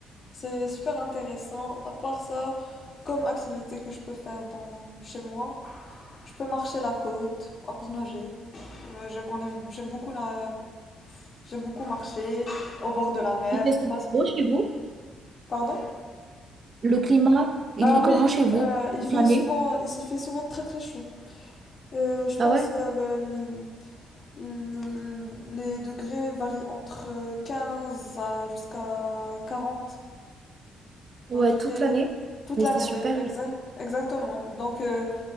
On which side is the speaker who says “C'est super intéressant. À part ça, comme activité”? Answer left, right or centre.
Left